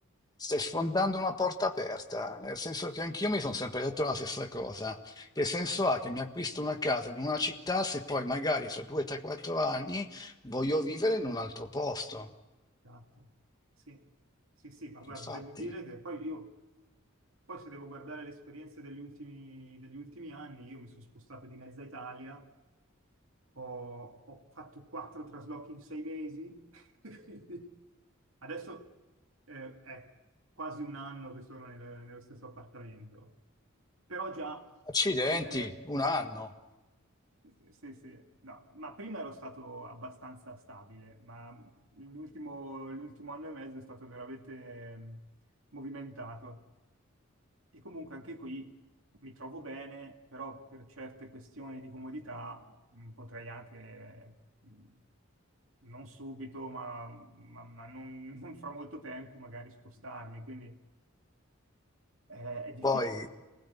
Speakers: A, on the left; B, on the right.
A: Stai sfondando una porta aperta, nel senso che anch'io mi sono sempre detto la stessa cosa. Che senso ha che mi acquisto una casa in una città se poi magari fra 2-3-4 anni voglio vivere in un altro posto?
B: Esatto. Sì. Sì, sì, ma guarda,
A: Infatti,
B: devo dire che poi io, poi se devo guardare le esperienze degli ultimi, degli ultimi anni, io mi sono spostato di mezza Italia, ho, ho fatto quattro traslochi in sei mesi, <laughs> quindi adesso eh, è quasi un anno che sono nel- nello stesso appartamento, però già,
A: accidenti,
B: come dire,
A: un anno.
B: eh, sì, sì, sì. no, ma prima ero stato abbastanza stabile, ma l'ultimo l'ultimo anno e mezzo è stato veramente ehm, movimentato. E comunque anche qui mi trovo bene, però per certe questioni di comodità mh, potrei anche, mh, non subito, ma, ma- ma non, <laughs> non fra molto tempo, magari spostarmi. Quindi eh, è difficile.
A: Poi,